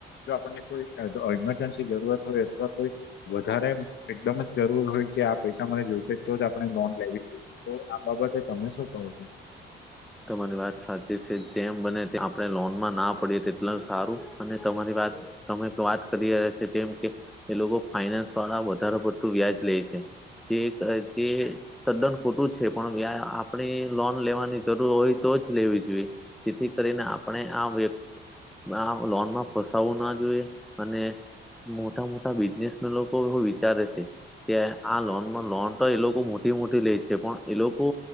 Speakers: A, on the left; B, in the centre.
A: જો આપણને કોઈ ઇમરજન્સી જરૂરત હોય અથવા કોઈ વધારે એકદમ જ જરૂર હોય કે આ પૈસા મને જોઈશે તો જ આપણે લોન લેવી જોઈએ. તો આ બાબતે તમે શું કહો છો?
B: તમારી વાત સાચી છે જેમ બને આપણે લોનમાં ના પડીએ તેટલુ સારું અને તમારી વાત તમે વાત કરી રહ્યા છો જેમ કે એ લોકો ફાઈનાન્સ વાળા વધારે પડતું વ્યાજ લે છે. એ દ્રષ્ટિ એ તદ્દન ખોટું જ છે પણ આપણે લોન લેવાની જરૂર હોય તો જ લેવી જોઈએ જેથી કરીને આપણે આ વ્યક્તિ આમ લોનમાં ફસાવવું ના જોઈએ અને મોટા મોટા બિઝનેસ લોકો એવુ વિચારે છે કે આ લોનમાં લોન તો એ લોકો મોટી મોટી લે છે પણ એ લોકો